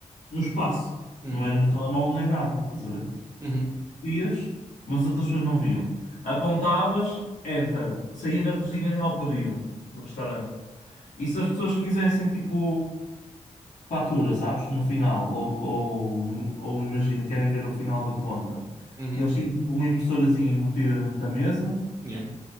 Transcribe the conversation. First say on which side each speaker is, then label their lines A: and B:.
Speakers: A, on the left; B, on the right.
A: no espaço.
B: Uhum.
A: Não era no telemóvel nem nada, estás a ver?
B: Uhum.
A: Ias, mas as outras pessoas não viam. Apontavas, enter, saía na cozinha já ao pedido do restaurante. E se as pessoas quisessem, tipo. fatura, sabes? No final, ou, ou, ou imagina, querem ver o final da conta.
B: Uhum.
A: E eles tinham tipo uma impressorazinha embutida dentro da mesa
B: Yeah.